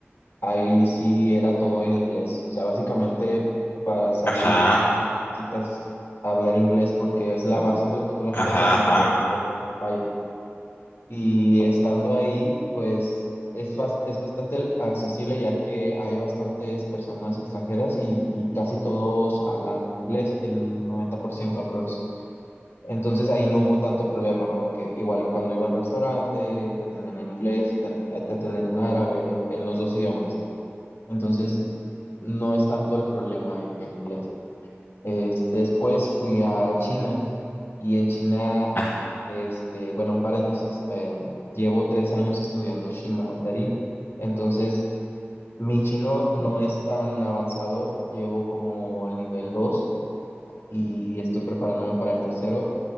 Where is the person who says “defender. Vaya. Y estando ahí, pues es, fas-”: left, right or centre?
Left